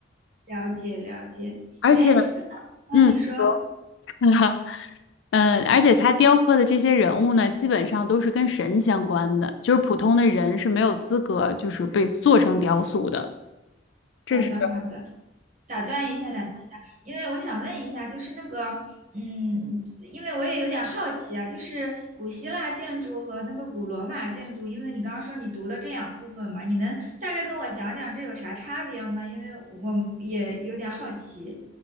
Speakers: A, on the right; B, on the left.
A: 了解了解，
B: 而且，
A: 哎，那哦，
B: 嗯。
A: 你说，
B: <laughs> 嗯，而且他雕刻的这些人物呢，基本上都是跟神相关的，就是普通的人是没有资格就是被做成雕塑的。这是，
A: 好的好的。打断一下，打断一下，因为我想问一下，就是那个，嗯，因为我也有点好奇啊，就是古希腊建筑和那个古罗马建筑，因为你刚刚说你读了这两部分嘛，你能大概跟我讲讲这有啥差别吗？因为我也有点好奇。